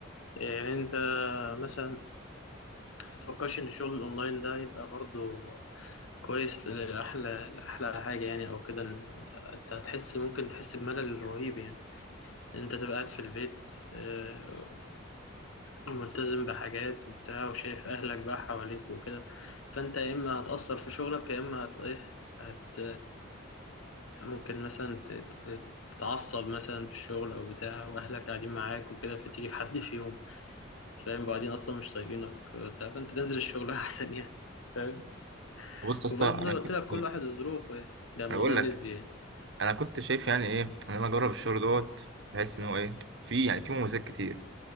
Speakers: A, on the left (about 85°); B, on the right (about 60°).
A: يعني انت مثلا متفكرش ان الشغل الاونلاين ده يبقى برضه كويس لأحلى لأحلى حاجة يعني او كده إن انت هتحس ممكن تحس بملل رهيب يعني إن انت تبقى قاعد في البيت آه، ملتزم بحاجات وبتاع وشايف اهلك بقى حواليك وكده فانت يا اما هتأثر في شغلك يا اما هت ايه هت ممكن مثلا ت- ت- تتعصب مثلا في الشغل او بتاع واهلك قاعدين معاك وكده فتيجي في حد فيهم فاهم وبعدين اصلا مش طايقينك وبتاع فانت تنزل الشغل <laughs> احسن يعني فاهم
B: بص يا اسطى
A: وبرضه
B: انا
A: زي ما
B: كنت
A: قلت لك كل واحد وظروفه يعني ده موضوع
B: انا بقول
A: نسبي يعني
B: انا كنت شايف يعني ايه ان انا اجرب الشغل دوت بحيث ان هو ايه في يعني في مميزات كتير